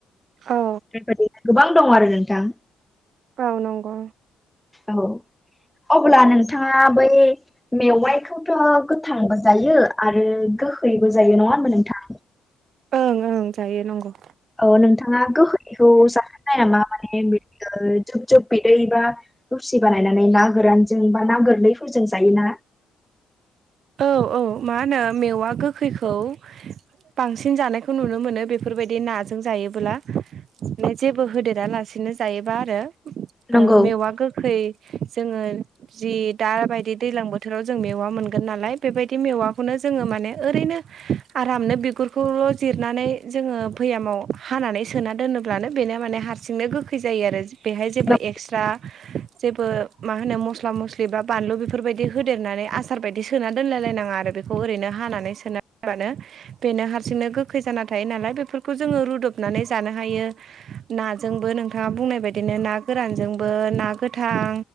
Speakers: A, on the right (about 65°); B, in the centre.
A: औ
B: बेबायदि गोबां दं आरो नोंथां
A: औ नंगौ
B: औ अब्ला नोंथाङा बै मेवाइखौथ' गोथांबो जायो आरो गोहैबो जायो नङा होनबा नोंथां
A: ओं ओं जायो नांगौ
B: औ नोंथाङा गोखैखौ जाखोननाय नामा माने बि जुब जुब बिदै बा रुसि बानायनानै ना गोरानजों बा ना गोरलैफोरजों जायोना
A: औ औ मा होनो मेवा गोखैखौ बांसिन जानायखौ नुनो मोनो बेफोरबायदि नाजों जायोब्ला बे जेबो होदेरा लासिनो जायोबा आरो
B: नंगौ
A: मेवा गोखै जोङो जि दााबायदि दैजलां बोथोराव जों मेवा मोनगोन थांगोन नालाय बेबायदि मेवाखौनो जोङो माने ओरैनो आरामनो बिगुरखौल' जिरनानै जोङो फैयामाव हानानै सोना दोनोब्लानो बेनो माने हारं जोंनो गोखै जायो आरो बेहाय जेबो
B: नं-
A: एक्सट्रा जेबो मा होनो मस्ला मस्लि बा बानलु बेफोरबायदि होदेरनानै आस आस आसार बायदि सोना दोनलायलायनाङा आरो बेखौ ओरैनो हानानै सोनाबानो बेनो हारसिंनो गोखै जाना थायो नालाय बेफोरखौ जोङो रुदबनानै जानो हायो नाजोंबो नोंथाङा बुंनाय बायदिनो ना गोरानजोंबो ना गोथां